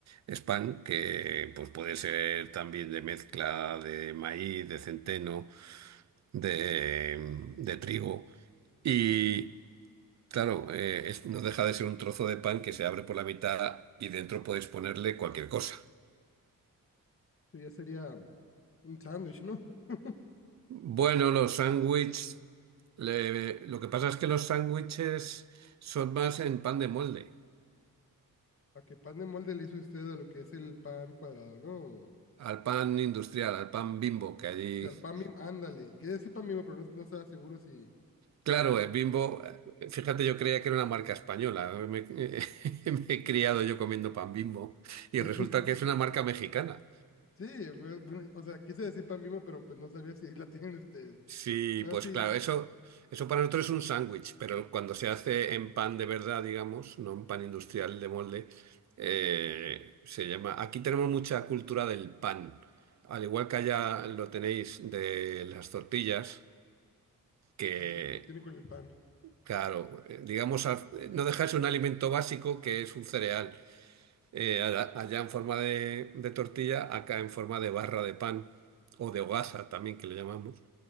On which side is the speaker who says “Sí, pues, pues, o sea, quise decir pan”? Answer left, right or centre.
Left